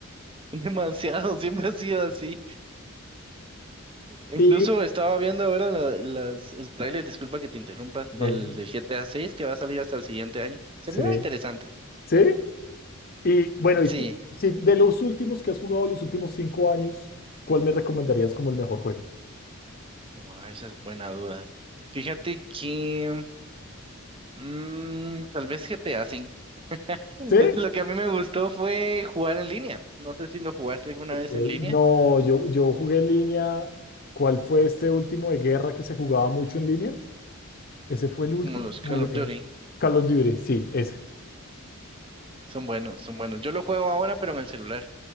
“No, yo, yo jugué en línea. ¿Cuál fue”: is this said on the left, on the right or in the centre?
Left